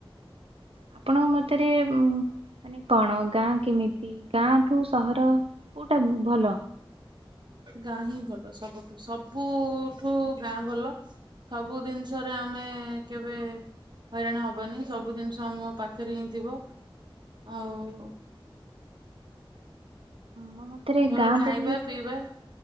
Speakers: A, on the right (about 85°); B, on the right (about 50°).
A: ଆପଣଙ୍କ ମତରେ ଉଁ ମାନେ କଣ ଗାଁ କେମିତି ଗାଁଠୁ ସହର କୋଉଟା ଭଲ।
B: ଗାଁ ହିଁ ଭଲ ସବୁଠୁ ସବୁଠୁ ଗାଁ ଭଲ। ସବୁ ଜିନିଷରେ ଆମେ କେବେ ହଇରାଣ ହବନି ସବୁ ଜିନିଷ ଆମ ପାଖରେ ହିଁ ଥିବ ଆଉ
A: ମୋ ମତରେ
B: ଭଲ
A: ଗାଁ
B: ଖାଇବା
A: ପରିବେଶ
B: ପିଇବା
A: <inaudible>